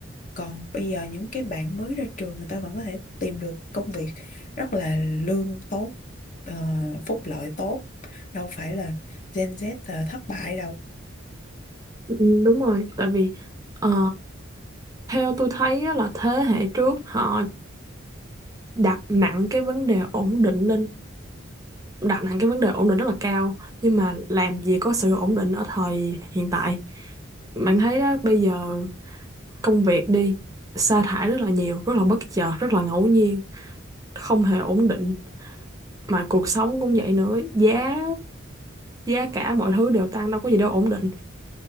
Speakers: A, on the left; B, on the right.
A: còn bây giờ những cái bạn mới ra trường người ta vẫn có thể tìm được công việc rất là lương tốt ờ, phúc lợi tốt đâu phải là Gen Z là thất bại đâu
B: ừ, đúng rồi tại vì ờ, theo tôi thấy á là thế hệ trước họ đặt nặng cái vấn đề ổn định lên đặt nặng cái vấn đề ổn định rất là cao nhưng mà làm gì có sự ổn định ở thời hiện tại bạn thấy đó bây giờ công việc đi sa thải rất là nhiều rất là bất chợt rất là ngẫu nhiên không hề ổn định mà cuộc sống cũng vậy nữa giá giá cả mọi thứ đều tăng đâu có gì đâu ổn định